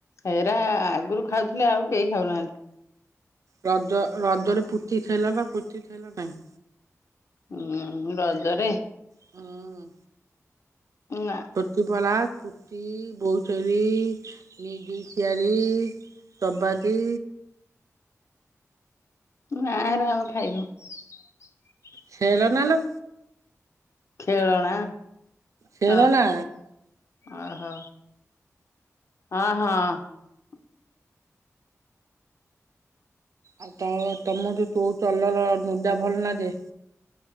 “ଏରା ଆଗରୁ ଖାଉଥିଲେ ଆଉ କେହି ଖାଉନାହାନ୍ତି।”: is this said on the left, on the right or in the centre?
Left